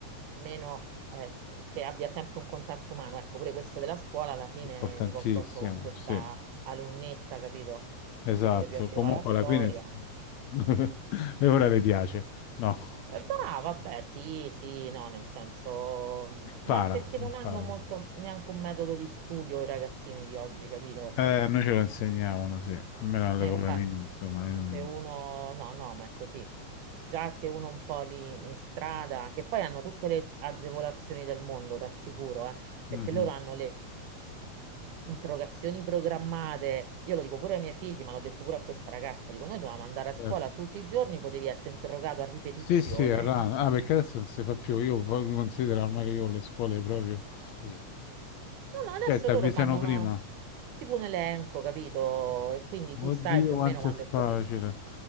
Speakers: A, on the right (about 85°); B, on the left (about 70°).
A: meno eh, che abbia sempre un contatto umano. Ecco, pure questo della scuola, alla fine
B: Importantissimo,
A: mi confronto con questa
B: sì.
A: alunnetta, capito?
B: Esatto,
A: Che non le piaceva
B: comunque
A: la storia.
B: alla fine... <laughs> E ora le piace. No,
A: Eh, No, vabbè, sì, sì, no, nel senso,
B: impara,
A: mh, ma perché
B: impara.
A: non hanno molto neanche un metodo di studio i ragazzini di oggi, capito?
B: Eh, noi ce lo insegnavano, sì, almeno all'epoca
A: E infatti,
B: mia, insomma. io non-
A: se uno, no, no, ma è così. Già che uno un po' lì in strada, che poi hanno tutte le agevolazioni del mondo, t'assicuro, eh, perché
B: Mhm,
A: loro hanno le interrogazioni programmate. Io lo dico pure ai miei figli, ma l'ho detto pure a questa ragazza, dico, noi dovevamo andare a scuola
B: certo.
A: tutti i giorni, potevi essere interrogato a ripetizione.
B: Sì, sì, a rana. Ah, perché adesso non si fa più. Io poi considero ormai che io le scuole proprio. Mm.
A: No, no, adesso
B: Cioè, ti avvisano
A: loro fanno
B: prima.
A: una- tipo un elenco, capito? E quindi
B: Oddio,
A: tu sai più
B: quanto
A: o meno quando
B: è facile.
A: il professore...